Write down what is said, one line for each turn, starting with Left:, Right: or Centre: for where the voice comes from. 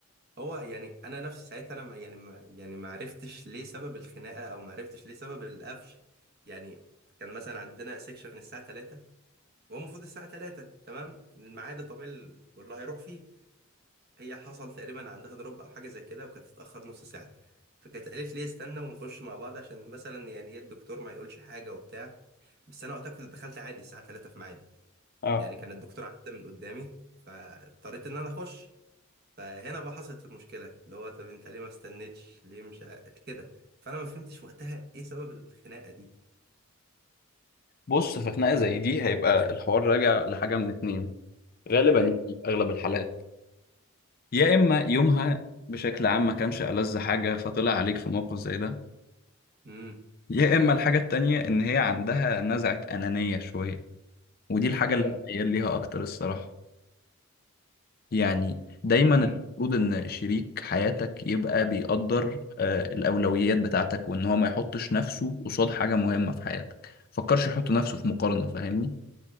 Right: هو يعني انا نفسي ساعتها انا ما- يعني ما يعني ما عرفتش ليه سبب الخناقه او ما عرفتش ليه سبب القفش يعني كان مثلا عندنا سيكشن الساعه 3 وهو المفروض الساعه 3 تمام الميعاد الطبيعي ال- والله هيروح فيه هي حصل تقريبا عندها دروب او حاجه زي كده وكانت تتاخر نص ساعه فكانت قالت لي استنى ونخش مع بعض عشان مثلا يعني ايه الدكتور ما يقولش حاجه وبتاع بس انا وقتها كنت دخلت عادي الساعه 3 في ميعادي
Left: اه
Right: يعني كان الدكتور عدى من قدامي فاضطريت ان انا اخش فهنا بقى حصلت المشكله اللي هو طب انت ليه ما استنيتش ليه مش ع- كده فانا ما فهمتش وقتها ايه سبب الخناقه دي
Left: بص في خناقه زي دي هيبقى الحوار راجع لحاجه من اتنين غالبا
Right: امم
Left: يعني في اغلب الحالات يا اما يومها بشكل عام ما كانش ألذ حاجه فطلع عليك في موقف زي ده
Right: امم
Left: يا اما الحاجه التانية ان هي عندها نزعه انانيه شويه ودي الحاجه
Right: امم
Left: اللي انا ميال ليها اكتر الصراحه يعني دايما
Right: امم
Left: المفروض ان شريك حياتك يبقى بيقدر آه، الاولويات بتاعتك وان هو ما يحطش نفسه قصاد حاجه مهمه في حياتك فكرش يحط نفسه في مقارنه فاهمني